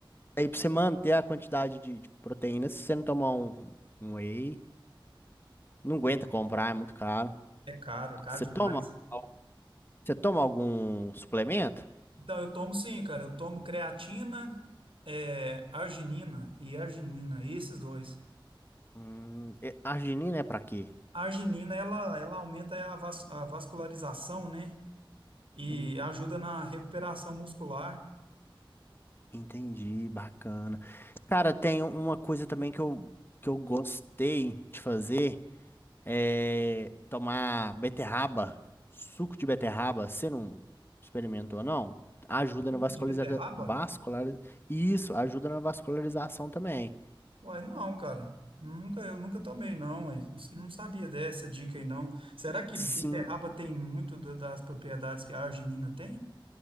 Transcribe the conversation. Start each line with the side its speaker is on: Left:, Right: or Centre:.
Left: aí pra você manter a quantidade de, de proteína, se você não tomar um, um whey, não aguenta comprar, é muito caro.
Right: É caro, é caro
Left: Você
Right: demais.
Left: toma, al- você toma algum suplemento?
Right: Então, eu tomo sim, cara. Eu tomo creatina, é, arginina e arginina, esses dois.
Left: Hum, e- arginina é pra quê?
Right: A arginina, ela, ela aumenta a, vas- a vascularização, né? E
Left: Hum.
Right: ajuda na recuperação muscular.
Left: Entendi, bacana. Cara, tem uma coisa também que eu, que eu gostei de fazer, é tomar beterraba, suco de beterraba. Você não experimentou, não? Ajuda
Right: Suco
Left: na vascularização.
Right: de beterraba?
Left: Vascular... Isso, ajuda na vascularização também.
Right: Uai, não, cara. Nunca, eu nunca tomei, não, uai. Não sabia dessa dica aí, não. Será que
Left: Sim,
Right: beterraba tem muito do- das propriedades que a arginina tem?